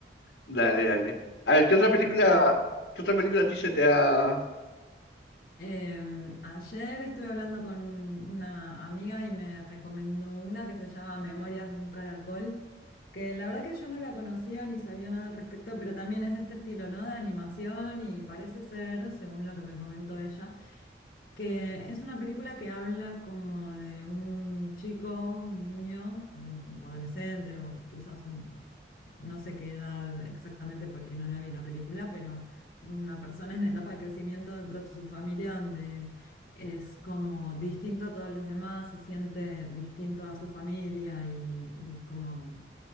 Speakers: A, on the left; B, on the left.
A: dale, dale. A ver, ¿qué otra
B: Sí,
A: película,
B: estuve.
A: qué otra película a ti se te ha...
B: Em, ayer estuve hablando con una amiga y me recomendó una que se llama Memorias de un Caracol, que la verdad que yo no la conocía ni sabía nada al respecto, pero también es de este estilo, ¿no? De animación y parece ser, según lo que me comentó ella, que es una película que habla como de un chico, un niño, o un adolescente, o quizás un, no sé qué edad exactamente porque no la vi la película, pero una persona en etapa de crecimiento dentro de su familia donde es como distinto a todos los demás, se siente distinto a su familia y, y como